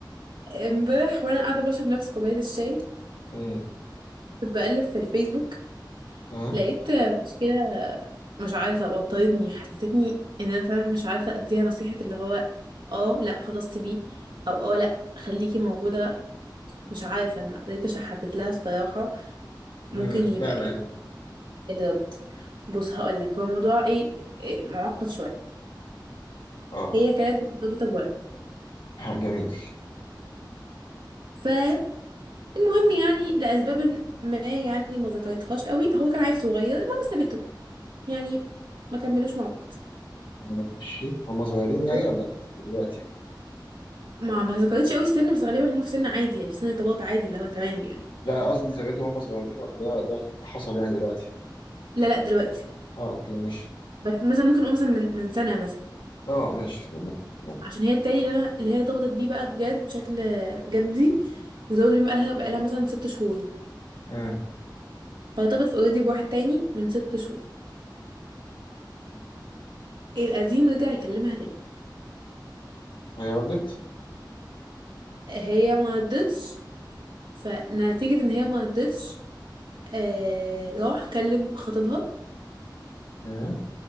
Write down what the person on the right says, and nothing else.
امبارح وانا قاعده بشرب نفس كوبايه الشاي
كنت بقلب في الفيسبوك
لقيت مشكله مش عارفه وترتني حسستني ان انا فعلا مش عارفه اديها نصيحه اللي هو اه لا خلاص سيبيه او اه لا خليكي موجوده مش عارفه ما قدرتش احدد لها الصراحه ممكن
يبقى
ايه
الرد بص هقول لك هو الموضوع ايه إيه، معقد شويه
هي كانت مرتبطه بولد
اه المهم يعني لأسباب ما يعني ما ذكرتهاش قوي هو كان عيل صغير المهم سابته يعني ما كملوش مع بعض
اوكي
ما ما ذكرتش قوي السن بس غالبا هم في سن عادي يعني في سن ارتباط عادي اللي هو تمام يعني
لا لا دلوقتي
بس مثلا ممكن نقول مثلا من من سنة مثلا
عشان هي التاني اللي انا اللي هي ارتبطت بيه بقى بجد بشكل جدي وارتبطت بيه بقالها بقالها مثلا ست شهور
فارتبطت اوريدي بواحد تاني من ست شهور فالقديم رجع يكلمها تاني
هي ما ردتش فنتيجة ان هي ما ردتش آه راح كلم خطيبها